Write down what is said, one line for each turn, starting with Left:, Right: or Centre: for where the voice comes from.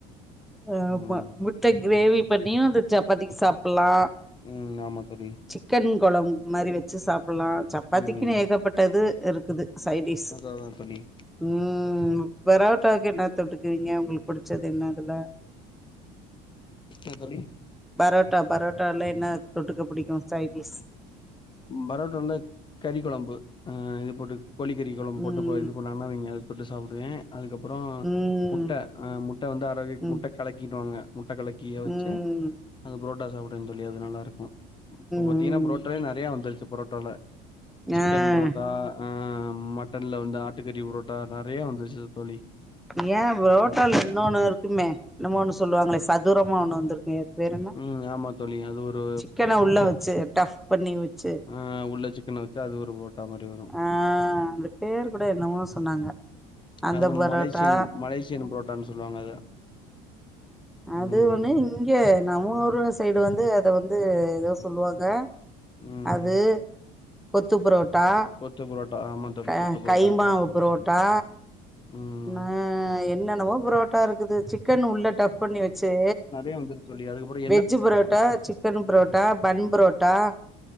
Centre: ஆமா
Left: ம்
Centre: முட்ட கிரேவி பண்ணியு அந்த சப்பாத்திக்கு சாப்புட்லா
Left: ம் ஆமா தோழி
Centre: சிக்கன் கொழம்ப் மாரி வச்சு சாப்புட்லா சப்பாத்திக்கின்னு
Left: ம்
Centre: ஏகப்பட் டது இருக்குது சைடிஸ்ஸு
Left: அதா அதா தோழி
Centre: ம் பரோட்டாக்கு என்ன தொட்டுக்குவிங்க உங்களுக் புடுச்சது என்ன இதுல
Left: என்ன தோழி
Centre: பரோட்டா பரோட்டாலஎன்ன தொட்டுக்க புடிக்கு சைடிஸ்
Left: பரோட்டால கறிக் கொழம்பு அ இது போட்டு கோழிக்கறி கொழம்பு போட்டு
Centre: ம்
Left: ப இது பண்ண <unintelligible> அது தொட்டு சாப்புடுவே அதுக்கப்பறொ
Centre: ம்
Left: முட்ட அ முட்ட வந்து அரவே
Centre: ம்
Left: முட்ட கலக்கின்னுவாங்க முட்ட கலக் கிய வச்சு
Centre: ம் ம்
Left: அது பொரொட்டா சாப்டுவேன் தோழி அது நல்லா இருக்கு இப்ப பாத்திங்கனா
Centre: ம்
Left: புரொ டாலே நெறையா வந்துருச்சு பொரொட்டோல
Centre: ம்
Left: சிக்கன்
Centre: ஆ
Left: புரோட்டா அ மட்டன்ல் வந்து ஆட்டுக்கறி புரோட்டா நெறயா வந்துருச்சு தோழி
Centre: ஏ புரோட்டால
Left: ம்
Centre: இன்னோனு இருக்குமே என்னமோ ஒன்னு சொல்லுவாங்களே சதுரமா ஒன்னு வந்துருக்கே பேர் என்ன
Left: ம் ஆமா தோழி அது ஒரு
Centre: சிக்கன உள்ள வச்சு டஃப் பண்ணி வச்சு
Left: அ உள்ள சிக்கன வச்சு அது ஒரு பொரட்டா மாரி வரு
Centre: ஆ அந்த பேர் கூட என்னமோ சொன்னாங்க அந்த
Left: அது
Centre: பரோட்டா
Left: மலேசியன் மலேசியன் புரோட்டான்னு சொல்லுவாங்க அத
Centre: அது
Left: ம்
Centre: ஒன்னு இங்கெ நம்ம ஊரு சைடு வந்து அத வந்து எதோ சொல்லுவாங்க
Left: ம்
Centre: அது கொத்துப்புரோட் ட்டா
Left: கொத்து புரோட்டா ஆமா தோழி
Centre: க
Left: கொத்து புரோட்டா
Centre: கைமாவ்
Left: நல்லா இருக்கு
Centre: புரோட்டா
Left: ம்
Centre: னு என்னென்னெமோ புரோட்டா இருக்குது சிக்கன் உள்ள டஃப் பண்ணி வச்சு
Left: வந்துரு தோழி அதுக்கப்பறொ
Centre: veg parotta chicken parotta bun parotta